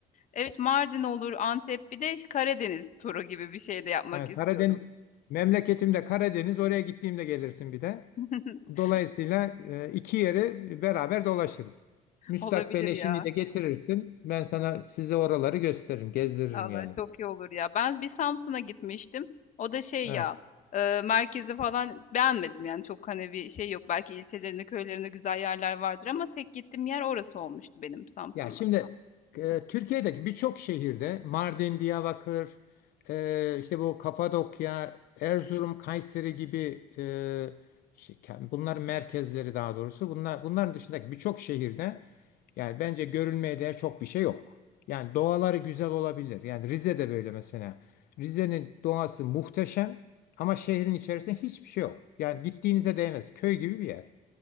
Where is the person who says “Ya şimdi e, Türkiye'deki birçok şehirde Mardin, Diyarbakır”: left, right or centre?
Left